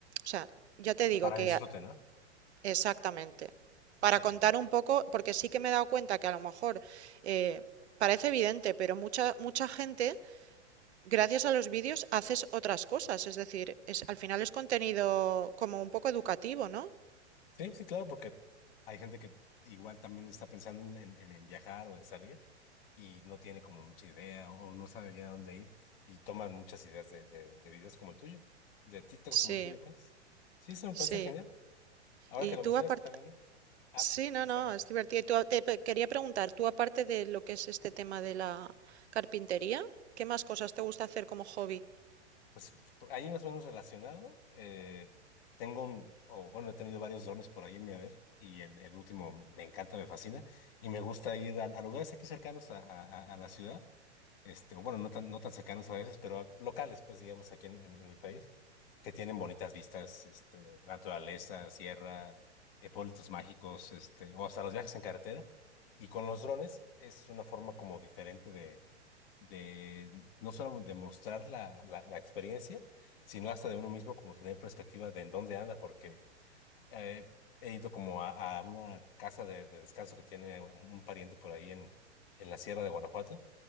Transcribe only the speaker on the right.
sea, ya te digo
que
Exactamente. Para
contar
un poco, porque sí que me he dado cuenta que a lo mejor eh, parece evidente, pero mucha, mucha gente, gracias a los vídeos, haces otras cosas. Es decir, es, al final es contenido como un poco educativo, ¿no?
Sí,
sí.
Y
tú
aparte,
sí,
no, no, es divertido. Y tú, a- te pe- quería preguntar, tú aparte de lo que es este tema de la carpintería, ¿qué más cosas te gusta hacer como hobby?